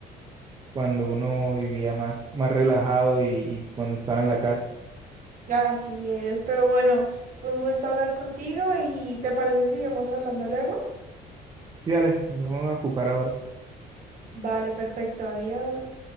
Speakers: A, on the right; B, on the right.
A: cuando uno vivía más, más relajado y, y cuando estaba en la casa.
B: <laughs> Así es, pero bueno, fue un gusto hablar contigo y ¿te parece si sigamos hablando luego?
A: Sí, dale, yo me voy a ocupar ahora.
B: Vale, perfecto, adiós.